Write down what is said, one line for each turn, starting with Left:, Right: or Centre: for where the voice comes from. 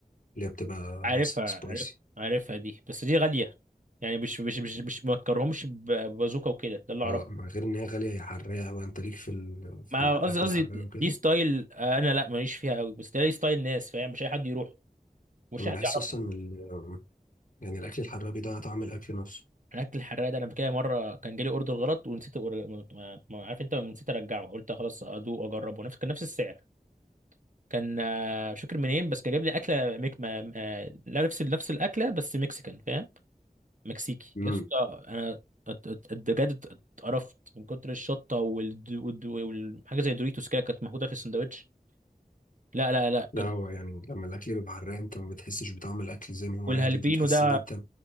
Left: اللي هي بتبقى
Right: عارفها
Left: سبايسي
Right: عارف عارفها دي بس دي غالية يعني مش مش مش مش ما اكرهمش ببازوكا وكده ده اللي اعرفه
Left: اه مع غير ان هي غاليه هي حراقه بقى انت ليك في ال... في
Right: ما
Left: الاكل
Right: قصدي قصدي
Left: الحراق وكده
Right: دي ستايل آه، انا لا ماليش فيها قوي بس ده ليه ستايل ناس فاهم مش اي حد يروح ومش
Left: انا
Right: اي
Left: بحس
Right: حد يعرفه
Left: اصلا ان ال... يعني الاكل الحراق بيضيع طعم الاكل نفسه
Right: الاكل الحراق ده انا كده مره كان جالي اوردر غلط ونسيت أور- ما ما- ما- عارف انت نسيت ارجعه قلت خلاص ادوق واجربه نفس كان نفس السعر كان آه، مش فاكر منين بس كان جايب لي اكله ميك ما آه، لا نفس نفس الاكله بس مكسيكان فاهم مكسيكي
Left: امم
Right: يا اسطى انا ات- ات- بجد اتقرفت من كتر الشطه والد... والد... والحاجه زي دوريتوس كده كانت محطوطه في السندوتش لا لا لا
Left: لا
Right: كان
Left: هو يعني لما الاكل بيبقى حراق انت ما بتحسش بطعم الاكل زي ما هو
Right: والهالبينو
Left: عادي انت بتحس
Right: ده
Left: ان انت